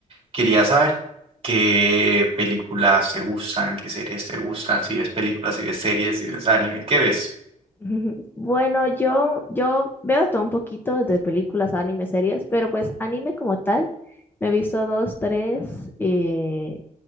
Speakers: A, on the right; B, on the left.
A: quería saber qué películas te gustan, qué series te gustan, si ves películas, si ves series, si ves anime, ¿qué ves?
B: <laughs> Bueno, yo, yo veo de todo un poquito de películas, anime, series, pero pues anime como tal, me he visto dos, tres eh,